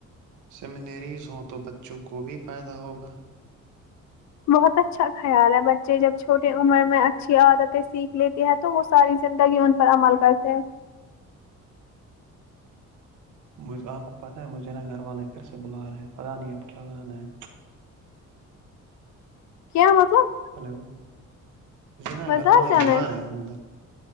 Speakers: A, on the right; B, on the left.
A: سیمینریز ہوں تو بچوں کو بھی فائدہ ہوگا
B: بہت اچھا خیال ہے بچے جب چھوٹے عمر میں اچھی عادتیں سیکھ لیتے ہیں تو وہ ساری زندگی ان پر عمل کرتے ہیں
A: مجھے آپ کو پتہ ہے مجھے نا گھر والے پھر سے بلا رہے ہیں پتا نہیں اب کیا لانا ہے
B: کیا مطلب
A: ہلو مجھے نا
B: بازار
A: گھر والے
B: جانا
A: بلا رہے ہیں اندر